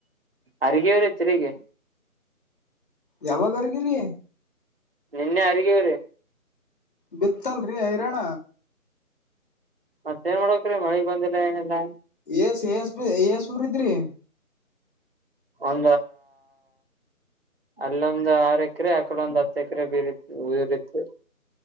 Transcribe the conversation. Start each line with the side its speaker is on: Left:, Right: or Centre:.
Right: ಅರಿಗೆವರ ಹೆಚ್ಚರಿರಿಗೆ
Left: ಯಾವಾಗಾಗರ್ಗಿರಿ
Right: ನಿನ್ನೆ ಅಗವ್ರೀ
Left: ಬಿತ್ತಲ್ರಿ ಹೈರಾಣ
Right: ಮತ್ತ ಏನ್ ಮಾಡ್ತ್ರಿ ಮಳಿಗ್ ಬಂದಿಲ್ಲ ಏನೆಲ್ಲಾ
Left: ಎಸ್ ಎಸ್ ಬಿ ಎಸ್ ಊರ ಇದ್ರಿ
Right: ಒ ಅಲ್ಲೊಂದ್ ಆರ್ ಎಕರೆ ಅಕಲ ಒಂದ್ ಹತ್ತು ಎಕರೆ ಬೀರಿ ಉರಿತ್ತು